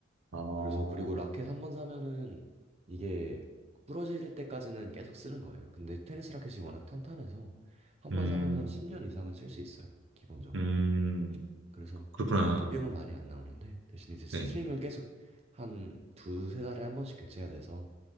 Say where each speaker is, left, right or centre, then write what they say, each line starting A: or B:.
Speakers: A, on the right; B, on the right.
A: 어,
B: 그래서 그리고 라켓 한 번 사면은 이게 부러질 때까지는 계속 쓰는 거예요. 근데 테니스 라켓이 워낙 탄탄해서 한
A: 음,
B: 번 사면 한 10년 이상은 쓸 수 있어요. 기본적으로.
A: 음,
B: 그래서
A: 그렇구나.
B: 라켓 비용은 많이 안 나오는데 대신 이제 스트링을
A: 네.
B: 계속 한 두세 달에 한 번씩 교체해야 돼서